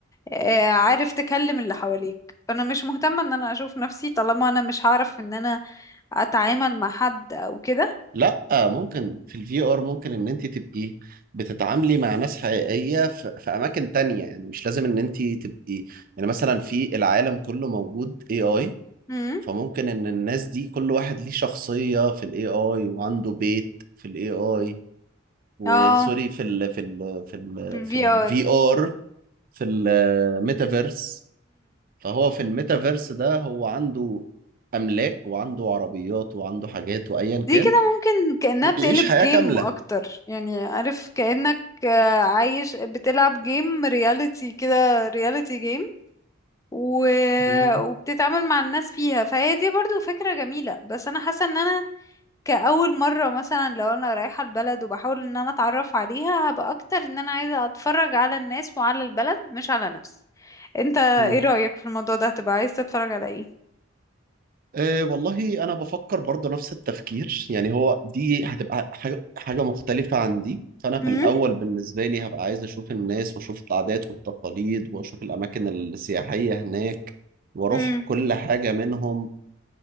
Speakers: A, on the left; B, on the right.
A: آه، عارف تكلم اللي حواليك فانا مش مهتمة ان انا اشوف نفسي طالما انا مش هعرف ان انا اتعامل مع حد او كده
B: لا ممكن في الفي ار ممكن ان انت تبقي بتتعاملي مع ناس حقيقية في, في اماكن تانية يعني مش لازم ان انت تبقي يعني مثلا في العالم كله موجود اي اي
A: امم
B: فممكن ان الناس دي كل واحد ليه شخصية في الاي اي وعنده بيت في الاي اي وسوري
A: اه
B: في ال في ال في ال
A: في ال
B: في
A: VR
B: الفي ار في الميتافيرس فهو في الميتافيرس ده هو عنده املاك وعنده عربيات وعنده حاجات وايا
A: دي
B: كان
A: كده ممكن كأنها
B: وبيعيش
A: بتقلب
B: حياة
A: جيم
B: كاملة
A: أكتر يعني عارف كأنك آه، عايش بتلعب جيم رياليتي كده رياليتي جيم و...
B: مم.
A: وبتتعامل مع الناس فيها فهي دي برضو فكرة جميلة بس أنا حاسة إن أنا كأول مرة مثلا لو أنا رايحة البلد وبحاول إن أنا أتعرف عليها هبقى أكتر إن أنا عايزة أتفرج على الناس وعلى البلد مش على نفسي أنت إيه
B: مم.
A: رأيك في الموضوع ده هتبقى عايز تتفرج على إيه؟
B: أه والله انا بفكر برضه نفس التفكير يعني هو دي هتبقى حاجة حاجة مختلفة عن دي فانا
A: مم؟
B: في الاول بالنسبة لي هبقى عايز اشوف الناس واشوف العادات والتقاليد واشوف الاماكن السياحية هناك واروح
A: مم.
B: كل حاجة منهم